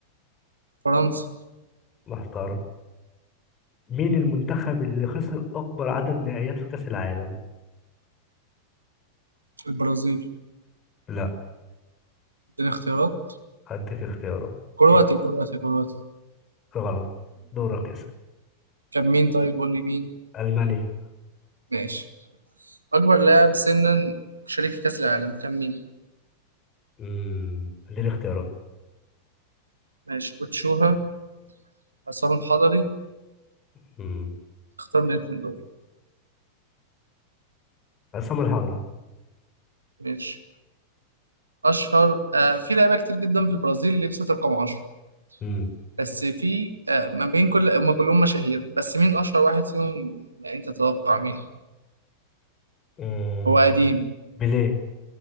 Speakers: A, on the right (about 75°); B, on the left (about 25°).
A: فرنسا
B: محترم مين المنتخب اللي خسر أكبر عدد نهائيات في كأس العالم
A: البرازيل
B: لا
A: اديني اختيارات
B: هديك اختيارات
A: كرواتيا
B: إيه؟
A: كرواتيا كرواتيا
B: غلط دورك
A: كان مين طيب قول لي مين
B: ألمانيا
A: ماشي أكبر لاعب سنا شريك في كأس العالم كان مين
B: مم. اديني اختيارات
A: ماشي أوتشوها عصام الحضري
B: مم.
A: اختار من الاثنين دول
B: عصام الحضري
A: ماشي أشهر آه في لعيبة كتير جدا في البرازيل لبست رقم 10
B: مم.
A: بس في آه ما بين كل هم كلهم مشاهير بس مين أشهر واحد فيهم يعني أنت تتوقع مين
B: مم.
A: هو قديم
B: بيليه